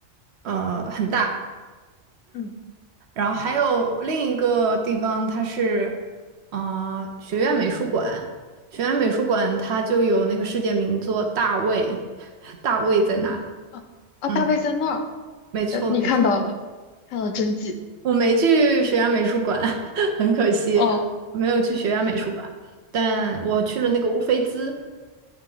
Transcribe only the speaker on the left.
嗯
嗯，啊啊，
大卫在那儿，
呃，你看到了，看到了真迹，
哦，
嗯
嗯，